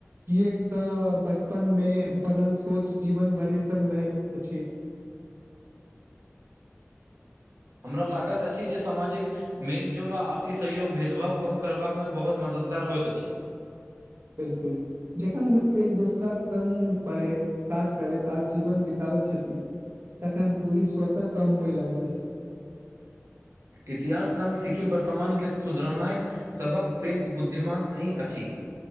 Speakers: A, on the right; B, on the right.
A: ई एक त बचपन में बनल सोच जीवन भरि सऽ रहैत छै।
B: हमरा लागत अछि। जे सामाजिक मेलजोल आ आपसी सहयोग भेदभाव कम करमे बहुत मददगार होइत अछि।
A: बिलकुल जखन लोको एक दोसरााक सङ्ग पढ़ैत काज करैत आ जीवन बितबैत छथिन। तन दूरी श्रोताः कम होइ लागत छै।
B: इतिहास संग सिखी वर्तमानके सुधरनाक सभक पैघ बुद्धिमान ई अछि।